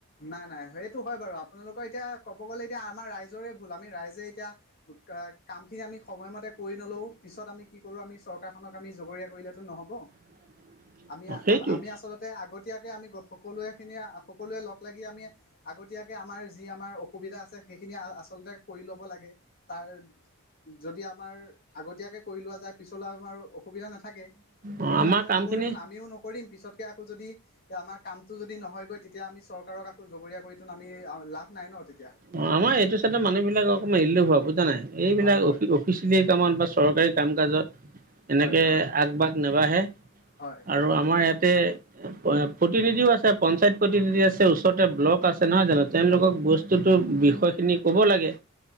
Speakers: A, on the left; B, on the right.
A: নাই-নাই সেইটো হয় বাৰু আপোনালোকৰ এতিয়া ক'ব গ'লে এতিয়া আমাৰ ৰাইজৰে ভুল, আমি ৰাইজে এতিয়া কামখিনি আমি সময়মতে কৰি নলওঁ পিছত আমি কি কৰো আমি চৰকাৰখনক আমি জগৰীয়া কৰিলেতো নহ'ব।
B: <inaudible>
A: আমি-আমি
B: সেইটোৱে
A: আছো। <unintelligible> আগতীয়াকে আমি সকলোৱে খিনি সকলোৱে লগ লাগি আমি আগতীয়াকে আমাৰ যি আমাৰ অসুবিধা সুবিধা আছে সেইখিনি আচলতে কৰি ল'ব লাগে তাৰ যদি আমাৰ আগতীয়াকে কৰি লোৱা যায় পিছলৈ আমাৰ অসুবিধা নাথাকে।
B: অ'
A: কিন্তু
B: আমাৰ
A: আমি
B: কামখিনি
A: নকৰিম আমিও নকৰিম পিছতকে <unintelligible> আমাৰ কামটো যদি নহয়গৈ তেতিয়া আমি চৰকাৰক আকৌ জগৰীয়া কৰিত আমি লাভ নাই ন। তেতিয়া
B: অ আমাৰ এইটো চাইতৰ মানুহবিলাক অকমান ইলে হোৱা বুজা নাই এইবিলাক
A: হয় হয়
B: অফ-অফিচিয়েলি কামত বা চৰকাৰী কাম কাজত এনেকে
A: হয় হয়
B: আগভাগ নাবাঢ়ে।
A: হয় হয়
B: আৰু আমাৰ ইয়াতে প্ৰতিনিধিও আছে পঞ্চায়ত প্ৰতিনিধি আছে ওচৰতে ব্লক আছে আছে নহয় জানো তেওঁলোকক বস <unintelligible> বস্তুটোৰ বিষয়খিনি ক'ব লাগে